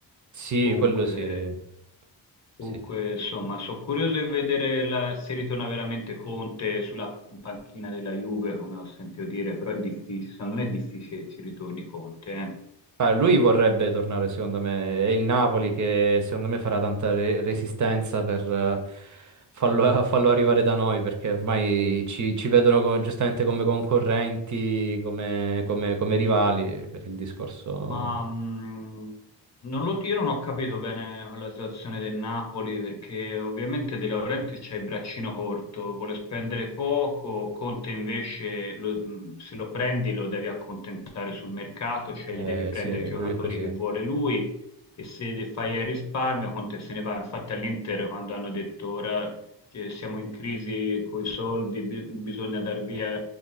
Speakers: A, on the right (about 45°); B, on the left (about 40°).
A: Sì,
B: Comunque...
A: quello sì.
B: Comunque,
A: Sì, sì, sì.
B: insomma, sono curioso di vedere la- se ritorna veramente Conte sulla panchina della Juve, come ho sentito dire, però è difficile, secondo me è difficile che ci ritorni Conte, eh.
A: Ah, lui vorrebbe tornare, secondo me. È il Napoli che, secondo me, farà tanta re- resistenza per eh, farlo, farlo <laughs> arrivare da noi, perché ormai ci, ci vedono co- giustamente come concorrenti, come, come- come rivali, per il discorso...
B: Ma mh, non lo- io non ho capito bene la situazione del Napoli perché ovviamente De Laurentiis c'ha il braccino corto, vuole spendere poco, Conte invece lo- mh, se lo prendi lo devi accontentare sul mercato, cioè
A: Eh,
B: gli devi prendere
A: sì, eh,
B: i giocatori
A: lui è così.
B: che vuole lui e se fai il risparmio Conte se ne va. Infatti all'Inter quando hanno detto ora che siamo in crisi con i soldi, bi- bisogna dar via